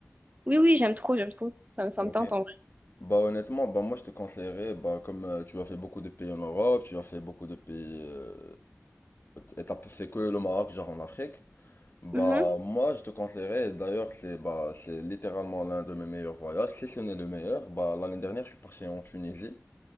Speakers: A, on the right; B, on the left.
A: Oui, oui, j'aime trop, j'aime trop. Ça, me- ça
B: Ok.
A: me tente en vrai.
B: Bah honnêtement, bah moi je te conseillerais, bah comme euh, tu as fait beaucoup de pays en Europe, tu as fait beaucoup de pays, euh, et t'as pas fait que le Maroc genre en Afrique, bah
A: Mhm.
B: moi je te conseillerais, et d'ailleurs c'est bah c'est littéralement l'un de mes meilleurs voyages, si ce n'est le meilleur, bah l'année dernière je suis parti en Tunisie,